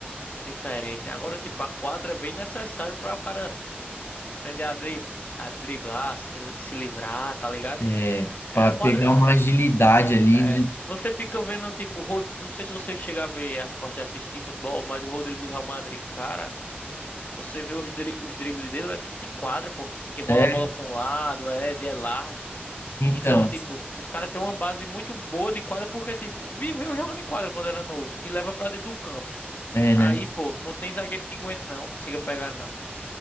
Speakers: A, on the left; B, on the left.
A: É diferente. Agora, tipo, a quadra é bem necessário pra o cara aprender a drib- a driblar, se, se livrar, tá ligado?
B: É,
A: É
B: para
A: a quadra.
B: pegar uma agilidade ali,
A: É,
B: né?
A: você fica vendo, tipo, Rod... não sei se você chega a ver, a- gosta de assistir futebol, mas o Rodrigo do Real Madrid, cara. Você vê os, dri os dribles dele, é tudo de quadra, pô. Que rola
B: É,
A: a bola pra um lado, é de elástico.
B: Então,
A: Então, tipo, os caras têm uma base muito boa de quadra porque, tipo, viveu jogando em quadra quando era novo e leva pra dentro do campo.
B: é,
A: Aí,
B: né?
A: pô, não tem zagueiro que aguente, não. Consiga pegar, não.